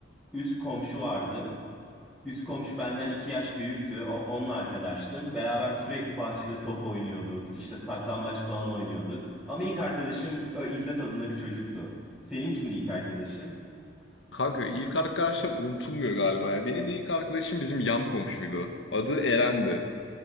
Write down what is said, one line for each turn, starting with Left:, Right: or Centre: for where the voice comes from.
Centre: üst komşu vardı. Üst komşu benden iki yaş büyüktü. O, onunla arkadaştım. Beraber sürekli bahçede top oynuyorduk. İşte saklambaç falan oynuyorduk. Ama ilk arkadaşım e, İzzet adında bir çocuktu. Senin kimdi ilk arkadaşın?
Left: Kanka ilk arkadaşlar unutulmuyor galiba ya. Benim de ilk arkadaşım bizim yan komşuydu. Adı Eren'di.